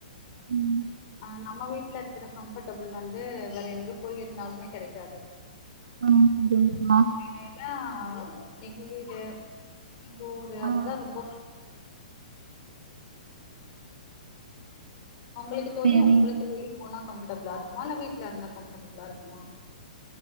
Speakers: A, on the right; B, on the left.
A: ம்
B: அஹ் நம்ம வீட்ல இருக்கிற கம்ஃபர்ட்டபிள் வந்து வேற எங்க போய் இருந்தாலுமே கெடைக்காது
A: ஆ செரிங்க்கா
B: <unintelligible> <unintelligible> எங்க வீடு எங்க ஊரு
A: ஆ
B: அதுதான் ரொம்ப- உங்களுக்கு தோழி
A: செரிங்
B: உங்களுக்கு வெளியூர் போனா கம்ஃபர்டபிளா இருக்குமா இல்ல வீட்ல இருந்தா கம்ஃபர்டபிளா இருக்குமா